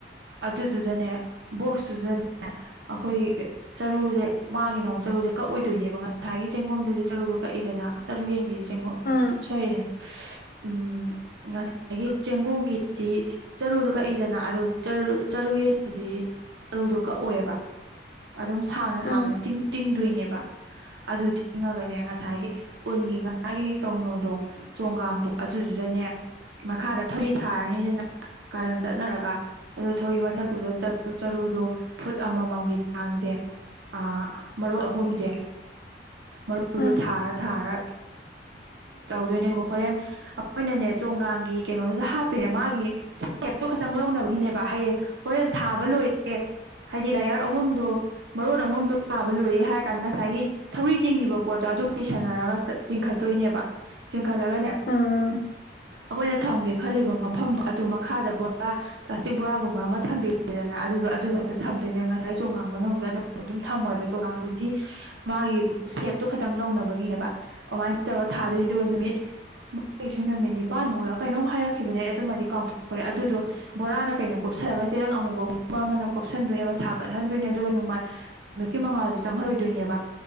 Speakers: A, on the right; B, on the left.
A: ꯑꯗꯨꯗꯨꯗꯅꯦ ꯕꯣꯛꯁꯇꯨꯗꯅꯦ꯫ ꯑꯩꯈꯣꯏꯒꯤ ꯆꯔꯨꯁꯦ ꯃꯥꯒꯤ ꯅ ꯑꯃꯨꯛ ꯆꯔꯨꯁꯦ ꯀꯛꯑꯣꯏꯗꯣꯏꯅꯦꯕ꯫ ꯉꯁꯥꯏꯒꯤ ꯆꯦꯡꯒꯣꯝꯗꯨꯗꯤ ꯆꯔꯨꯗꯣ ꯀꯛꯏꯗꯅ ꯆꯔꯨ ꯌꯦꯡꯈꯤꯗꯤ ꯆꯦꯡꯒꯣꯝ
B: ꯎꯝ
A: ꯁꯣꯏꯔꯦ <unintelligible> ꯎꯝ ꯉ ꯁꯥꯏꯒꯤ ꯆꯦꯡꯒꯣꯡꯒꯤꯗꯤ ꯆꯔꯨꯗꯣ ꯀꯛꯏꯗꯅ ꯑꯗꯨ ꯆꯔꯨ ꯌꯦꯟꯒꯤꯗꯤ ꯆꯔꯨꯗꯣ ꯀꯛꯑꯣꯏꯕ꯫ ꯑꯗꯨꯝ ꯁꯥꯡꯅ ꯁꯥꯡꯅ
B: ꯎꯝ
A: ꯇꯤꯡ ꯇꯤꯡꯗꯣꯏꯅꯦꯕ꯫ ꯑꯗꯨ ꯇꯤꯡꯉꯒꯅꯦ ꯉꯁꯥꯏꯒꯤ ꯎꯟꯒꯤ ꯉꯥꯒꯤ ꯀꯧꯅꯣꯗꯣ꯫ ꯆꯣꯡꯒꯥꯡꯗꯣ ꯑꯗꯨꯗꯨꯗꯅꯦ ꯃꯈꯥꯗ ꯊꯧꯔꯤ ꯊꯥꯔꯅꯤꯗꯅ꯫ ꯀꯥꯔꯟ ꯆꯠꯅꯔꯒ ꯑꯗꯨ ꯊꯧꯔꯤ ꯃꯊꯛꯇꯨꯗ ꯆ ꯆꯔꯨꯗꯣ ꯐꯨꯠ ꯑꯃꯃꯝꯒꯤ ꯆꯥꯡꯖꯦ ꯑ ꯃꯔꯣꯟ ꯑꯍꯨꯝꯖꯦ꯫ ꯃꯔꯨꯗꯣ
B: ꯎꯝ
A: ꯊꯥꯔ ꯊꯥꯔ ꯇꯧꯗꯣꯏꯅꯦ ꯑꯗꯣ ꯍꯣꯔꯦꯟ ꯑꯩꯈꯣꯏꯅꯅꯦ ꯆꯣꯡꯒꯥꯡꯒꯤ ꯀꯩꯅꯣꯗꯨꯗ ꯍꯥꯞꯄꯤꯔꯦ ꯃꯥꯒꯤ ꯁꯦꯞꯇꯣ ꯈꯇꯪ ꯂꯧꯅꯕꯒꯤꯅꯦꯕ ꯍꯌꯦꯡ꯫ ꯍꯣꯔꯦꯟ ꯊꯥꯕ ꯂꯣꯏꯔꯦ ꯍꯥꯏꯗꯤ ꯂꯌꯥꯔ ꯑꯍꯨꯝꯗꯣ ꯃꯔꯣꯟ ꯑꯍꯨꯝꯗꯣ ꯊꯥꯕ ꯂꯣꯏꯔꯦ ꯍꯥꯏꯔ ꯀꯥꯟꯗ ꯉꯁꯥꯏꯒꯤ ꯊꯧꯔꯤ ꯇꯤꯡꯈꯤꯕ ꯄꯣꯠꯇꯣ ꯑꯗꯨ ꯀꯤꯁꯟꯅꯔꯒ ꯆꯤꯡꯈꯠꯇꯣꯏꯅꯦꯕ ꯆꯤꯡꯈꯠꯂꯒꯅꯦ꯫
B: ꯎꯝ꯫
A: ꯑꯈꯣꯏꯅ ꯊꯝꯒꯦ ꯈꯜꯂꯤꯕ ꯃꯐꯝꯗꯣ ꯑꯗꯨ ꯃꯈꯥꯗ ꯕꯣꯔꯥ ꯄ꯭ꯂꯥꯁꯇꯤꯛ ꯕꯣꯔꯥꯒꯨꯝꯕ ꯑꯃ ꯊꯝꯕꯤꯔꯦꯗꯅ ꯑꯗꯨꯗꯣ ꯑꯗꯨꯒꯤ ꯃꯛꯇ ꯊꯝꯗꯣꯏꯅꯦꯕ ꯉꯁꯥꯏ ꯆꯣꯡꯈꯥꯡ ꯃꯅꯨꯡꯗ ꯑꯗꯨꯝ꯫ ꯑꯗꯨꯝ ꯊꯝꯃꯣꯏꯕ ꯆꯣꯡꯒꯥꯡꯗꯨꯗꯤ꯫ ꯃꯥꯒꯤ ꯁꯦꯞꯇꯣ ꯈꯇꯪ ꯂꯧꯅꯕꯒꯤꯅꯦꯕ ꯑꯧꯃꯥꯏꯅ ꯇꯧꯔ ꯊꯥꯗꯣꯏꯗꯨ ꯅꯨꯃꯤꯠ ꯏꯁꯨ ꯅꯨꯃꯤꯠ ꯅꯤꯄꯥꯟꯃꯨꯛꯂ ꯀꯩꯅꯣꯝ ꯍꯥꯏꯔꯛꯈꯤꯕꯅꯦ ꯑꯩ ꯑꯗꯨꯃꯗꯤ ꯀꯥꯎꯊꯣꯛꯈ꯭ꯔꯦ ꯑꯗꯨꯗꯣ ꯕꯣꯔꯥꯅ ꯀꯩꯅ ꯀꯨꯞꯁꯜꯂꯒ ꯆꯦꯔꯪ ꯑꯃꯨꯕꯒꯨꯝꯕ ꯑꯃꯅ ꯀꯨꯞꯞꯁꯟꯗꯣꯏꯅꯦꯕ ꯁꯥꯒꯠꯍꯟꯗꯣꯏꯅꯦ ꯑꯗꯨꯒ ꯅꯨꯡꯃꯥꯏ ꯅꯨꯃꯤꯠꯀꯤ ꯃꯉꯥꯜꯗꯨ ꯆꯪꯍꯜꯔꯣꯏꯗꯣꯏꯅꯦꯕ꯫